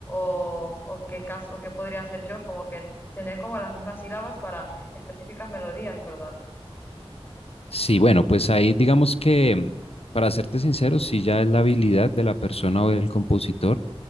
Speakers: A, on the left; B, on the left.
A: o, o qué caso, o qué podría hacer yo, como que tener como las mismas sílabas para específicas melodías, ¿verdad?
B: Sí, bueno, pues ahí digamos que, para serte sincero, sí ya es la habilidad de la persona o del compositor